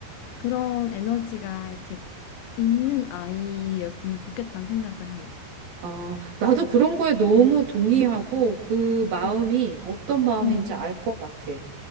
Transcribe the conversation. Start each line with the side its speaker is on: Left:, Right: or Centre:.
Left: 그런 에너지가 이렇게 있는 아이였으면 좋겠다는 생각을 해.
Right: 아, 나도 그런 거에 너무 동의하고 그 마음이
Left: 어,
Right: 어떤 마음인지
Left: 음.
Right: 알 것 같아.